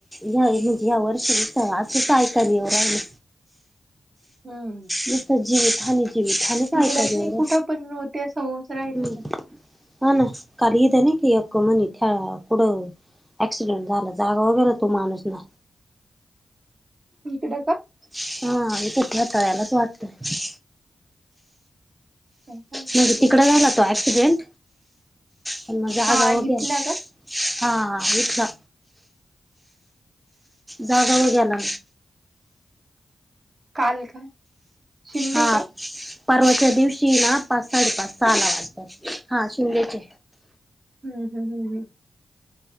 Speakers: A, in the centre; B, on the right.
A: यावे म्हणजे या वर्षी सचच ऐकालीवरहिल
B: हम
A: म तर जीवित हनी विठाान काय
B: तिकडच
A: कर
B: नाही
A: वर
B: कुठं पण ते असं होऊच राहिलं
A: हम्
B: ना
A: हा ना कारद ना की अ म्हणी खेळा कडं ऍक्सिडेंट झाला जागा वगैरे तो माणूसला
B: इकडं का
A: हा हे तर ते आतााळ्यालाच वाटतय
B: काय सांगता
A: म्हणजे
B: नाही
A: तिकड
B: येणार.
A: झाला तो ऍक्सिडेंट पण मग जाग्यावर
B: हा इथला
A: गेला
B: का
A: हा इथला जाग्यावर गेलाना
B: काल का शिंदे
A: हा
B: का
A: परवाच्या दिवशी ना पाच साडेपाच सहाला वाटत हा शिंदेचे
B: हम् हम हम्म हम